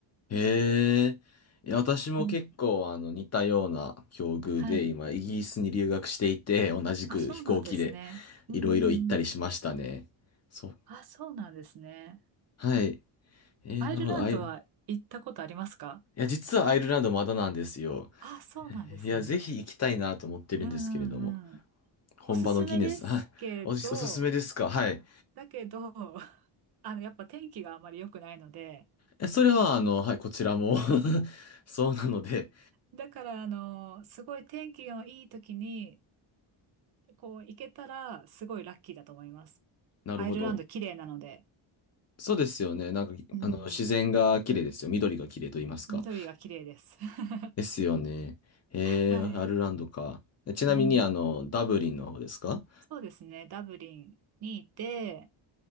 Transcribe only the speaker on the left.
へえ。いや、私も結構、
あの、似たような境遇で、
今、イギリスに留学していて、同じく飛行機で、
いろいろ行ったりしましたね。
そう。
はい。えー、
なるほど。アイル、いや、実はアイルランドまだなんですよ。
いや、ぜひ行きたいなと思ってるんですけれども、
本場のギネス、
あおす、おすすめですかはい。
え、それは、あの、はい、こちらも <laughs> そうなので、
なるほど。
そうですよね。なんか、
あの、自然が綺麗ですよ。緑が綺麗と言いますか。
ですよね。えー、
アイルランドか。えちなみに、
あの、ダブリンの方ですか